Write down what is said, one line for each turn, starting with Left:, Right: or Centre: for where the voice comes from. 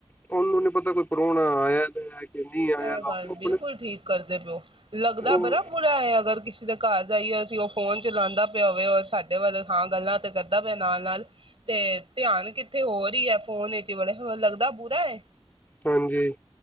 Left: ਉਹਨੂੰ ਨੀ ਪਤਾ ਕੋਈ ਪਰੋਣਾ ਆਇਆ ਦਾ ਹੈ ਕਿ ਨਹੀਂ ਆਇਆ
Right: ਇਹ
Left: ਦਾ
Right: ਗੱਲ
Left: ਉਹ ਆਪਣੇ
Right: ਬਿਲਕੁਲ ਠੀਕ ਕਰਦੇ ਪਓ ਲੱਗਦਾ
Left: ਉਹ
Right: ਬੜਾ ਬੁਰਾ ਹੈ ਅਗਰ ਕਿਸੇ ਦੇ ਕਰ ਜਾਈਏ ਤੇ ਉਹ ਫੋਨ ਚਾਲਾਂਦਾ ਪਿਆ ਹੋਵੇ ਸਾਡੇ ਵੱਲ ਹਾਂ ਗੱਲਾਂ ਤੇ ਕਰਦਾ ਪਿਆ ਨਾਲ-ਨਾਲ, ਤੇ ਧਿਆਨ ਕਿੱਥੇ ਹੋਰ ਹੀ ਹੈ ਫੋਨ ਵਿੱਚ ਬੜੇ ਹੋ ਲੱਗਦਾ ਬੁਰਾ ਹੈ।
Left: ਹਾਂਜੀ।